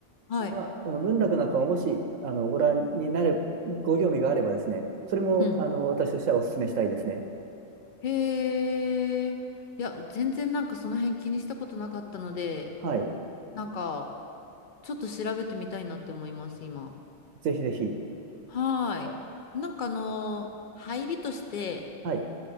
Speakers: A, on the left; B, on the right.
A: はい。
B: まあ、あの文楽なんかももし、あの、ご覧になれ、ご興味があればですね、それも、
A: うん。
B: あの、私としてはお勧めしたいですね。
A: へえ。いや、全然なんかその辺気にしたことなかったので、
B: はい。
A: なんか、ちょっと調べてみたいなって思います、今。
B: ぜひぜひ。
A: はーい。
B: あ
A: なんかあのー、入りとして、
B: はい。